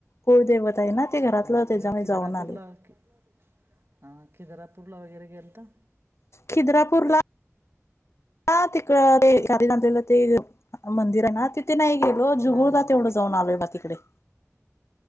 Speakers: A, on the left; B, on the right.
A: कुळदैवत आहे ना ते घरातलं
B: हं,
A: त्याच्यामुळे
B: इकडे खिद्रापूरला
A: जाऊन आले
B: खि- हां खिद्रापूरला वगैरे गेले का
A: खिद्रापूर ला ह तिकड तेलं ते मंदिर आहे ना तिथ तिथे नाही गेलो जुगुळला
B: हां हां हां
A: तेवढं जाऊन आलोय बघा तिकडे